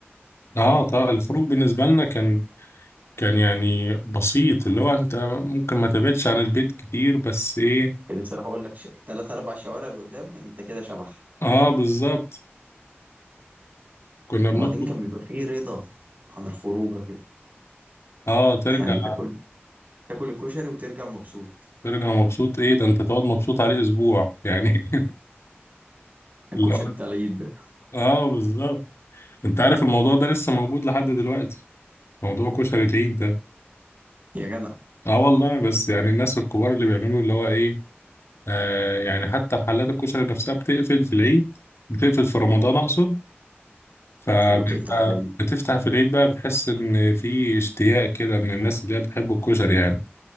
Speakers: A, on the left (about 80°); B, on the right (about 40°).
A: اه طبعا الخروج بالنسبة لنا كان كان يعني بسيط اللي هو انت ممكن ما تبعدش عن البيت كتير بس ايه
B: كنت لسه هقول لك ش... تلات اربع شوارع لقدام انت كده شبح
A: اه بالظبط كنا بنخرج
B: وبعدين كان بيبقى فيه رضا عن الخروجه كده
A: اه ترجع
B: يعني تاكل تاكل الكشري وترجع مبسوط
A: ترجع مبسوط ايه ده انت تقعد مبسوط عليه اسبوع يعني
B: الكشري
A: <laughs> اللي هو
B: بتاع العيد ده
A: اه بالظبط انت عارف الموضوع ده لسه موجود لحد دلوقتي موضوع كشري العيد ده
B: يا جدع
A: اه والله بس يعني الناس الكبار اللي بيعملوا اللي هو ايه آه يعني حتى محلات الكشري نفسها بتقفل في العيد بتقفل في رمضان اقصد فبيبقى
B: وتفتح في العيد
A: بتفتح في العيد بقى بتحس ان في اشتياق كده من الناس اللي هي بتحب الكشري يعني